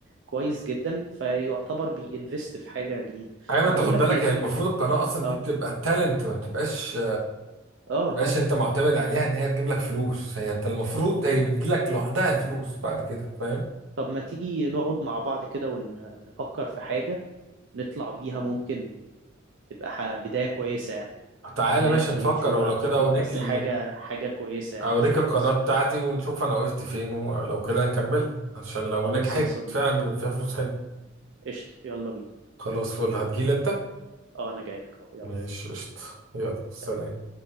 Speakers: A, on the right; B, on the right.
A: كويس جدا فيعتبر بينفست في حاجة جديدة
B: ايوه
A: طب
B: ما انت
A: بقول
B: خد
A: لك
B: بالك
A: ايه
B: هي المفروض القناه اصلا
A: اه
B: دي بتبقى تالنت ما بتبقاش
A: اه
B: تبقاش
A: اه
B: انت معتمد عليها ان هي تجيب لك فلوس هي انت المفروض
A: ط-
B: هي بتجي لك لوحدها الفلوس بعد كده فاهم
A: طب ما تيجي نقعد مع بعض كده ونفكر في حاجة نطلع بيها ممكن تبقى ح- بداية كويسة يعني
B: تعالى
A: قناة
B: ماشي
A: على
B: نفكر
A: اليوتيوب
B: ولو
A: على التيك
B: كده
A: توك
B: اوريك
A: بس
B: ال...
A: حاجة حاجة كويسة يعني
B: اوريك
A: مش حاجة
B: القناة
A: اسفل
B: بتاعتي ونشوف انا وقفت فين ولو كده نكملها عشان لو
A: خلاص
B: نجحت
A: يا صديقي
B: فعلا بيبقى فيها فلوس حلوه
A: قشطة يلا بينا
B: خلاص فل هتجيلي انت
A: اه انا جاي لك اهو يلا
B: ماشي قشطة يلا سلام
A: سلام